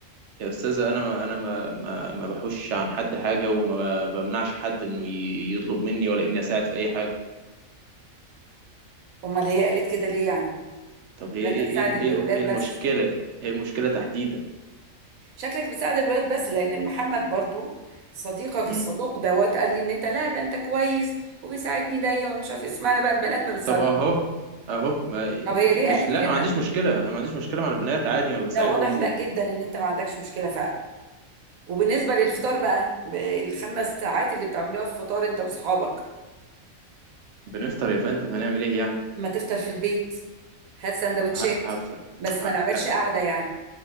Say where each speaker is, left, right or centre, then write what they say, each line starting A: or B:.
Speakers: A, on the right (about 65°); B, on the right (about 85°).
A: يا استاذه انا انا ما ما ما بحوش عن حد حاجه وما بمنعش حد انه ي- يطلب مني ولا اني اساعد في اي حاجه
B: امال هي قالت كده ليه يعني
A: طب هي
B: لا
A: ايه
B: انت بتساعد
A: ايه ال-
B: الاولاد
A: ايه ال- إيه المشكلة
B: بس
A: ايه المشكلة تحديدا
B: شكلك بتساعد الولاد بس لان محمد برضو صديقك
A: مم.
B: الصدوق دوت قال لي ان انت لا ده انت كويس وبيساعدني دايما مش عارف اسمعنا بقى البنات ما بتساعدنيش
A: طب اهو اهو ما
B: طب
A: م-
B: هي ليه قالت
A: مش لا
B: كده
A: ما عنديش مشكلة أنا ما عنديش مشكلة مع البنات عادي ما بساعدهم
B: لا واضح لا
A: و...
B: جدا ان انت ما عندكش مشكله فعلا وبالنسبه للفطار
A: مم.
B: بقى ب- الخمس ساعات اللي بتعملوها في فطار انت واصحابك
A: وبنفطر يا فندم هنعمل ايه يعني
B: ما تفطر في البيت هات سندوتشات
A: ما ه- هفطر
B: بس ما
A: ه-
B: نعملش
A: لا،
B: قعده يعني